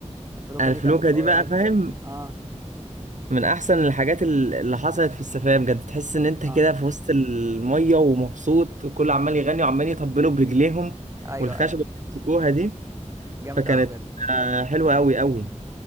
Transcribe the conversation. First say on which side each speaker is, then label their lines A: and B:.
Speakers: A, on the right; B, on the right.
A: الفلوكه
B: الفلوكة
A: دي كانت
B: دي
A: قويه
B: بقى
A: جدا
B: فاهم
A: اه
B: من احسن الحاجات ال- اللي حصلت في السفرية بجد تحس ان انت
A: اه
B: كده في وسط المية ومبسوط وكل عمال يغني وعمال يطبلوا برجليهم
A: ايوه
B: والخشبة
A: ايوه
B: اللي بيمسكوها دي
A: جامد
B: فكانت
A: قوي بجد
B: آه، حلوة قوي قوي